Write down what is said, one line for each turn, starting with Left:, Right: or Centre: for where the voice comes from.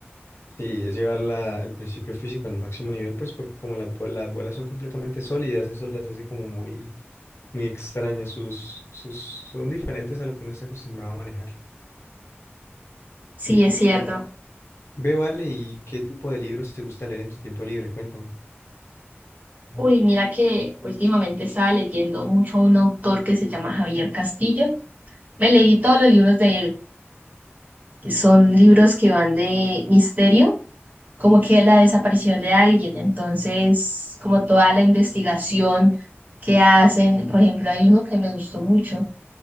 Left: Sí, es llevar la- el principio físico al máximo nivel, pues porque como la bo- las bolas son completamente sólidas, eso las hace como muy, muy extrañas. Sus, sus, son diferentes a lo que uno está acostumbrado a manejar.
Right: Sí, es cierto.
Left: Ve, vale, ¿y qué tipo de libros te gusta leer en tu tiempo libre? Cuéntame.
Right: Uy, mira que últimamente estaba leyendo mucho a un autor que se llama Javier Castillo. Me leí todos los libros de él, que son libros que van de misterio, como que la desaparición de alguien, entonces como toda la investigación que hacen. Por ejemplo, hay uno que me gustó mucho,